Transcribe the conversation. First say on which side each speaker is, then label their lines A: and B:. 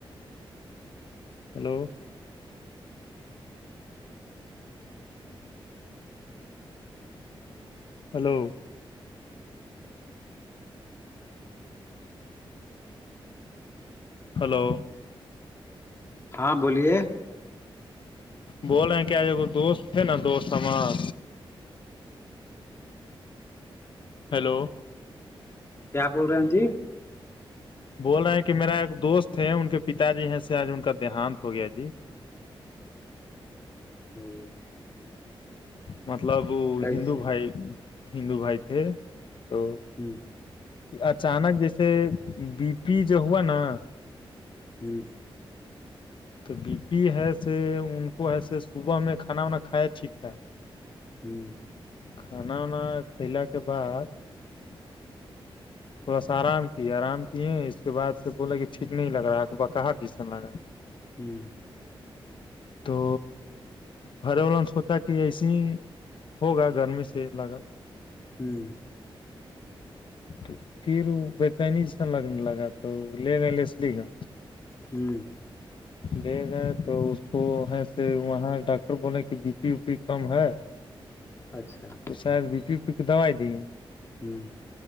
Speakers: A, on the left; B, on the left.
A: ہلو ہلو ہلو
B: ہاں بولیے
A: بولےیں کہجے کو دوست تھے نا دوست ہمار ہیلو
B: کیا بول رہے ہیں جی
A: بول رہے ہیں کہ میرا ایک دوست ہے ان کے پتا جی ہیں س آج ان کا دیہانت ہو گیا جی
B: ہوں
A: مطلب
B: کیسے
A: ہندو بھائی ہندو بھائی تھے تو
B: ہوں
A: اچانک جیسے بی پی جو ہوا نا
B: ہوں
A: تو بی پی ہےس ان کو ہےسے صبح میں کھانا وانا کھائے ٹھیک ٹھاک
B: ہوں
A: کھانا وانا کلا کے بعد
B: <inaudible>
A: بس آرام کی آرام کیے اس کے بعد سے بولا کہ ٹھیک نہیں لگ رہا ہے بقاہار جیسن لگا
B: ہوں
A: تو گھر والوں نے سوچا کہ ایسے ہی ہوگا گرمی سے لگا
B: ہوں
A: تو پھر وہ بےتین سن لگنے لگا تو لنے لے س لی گا
B: ہوں
A: لے گئے تو اس کو ہے سے وہاں ڈ ر بولیں کہ ب بی پی و پی کم ہے
B: اچھا
A: تو شاید بی پی وی پی کی دوائی دییں
B: ہوں